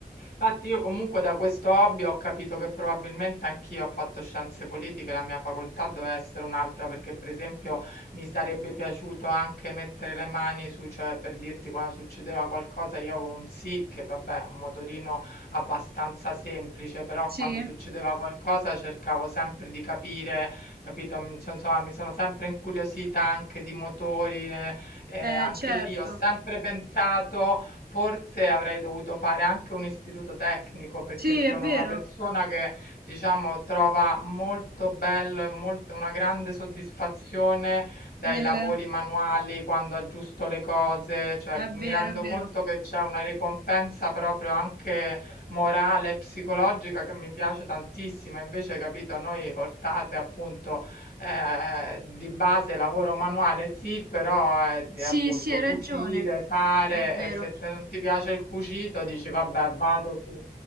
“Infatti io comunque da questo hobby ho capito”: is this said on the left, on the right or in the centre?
Left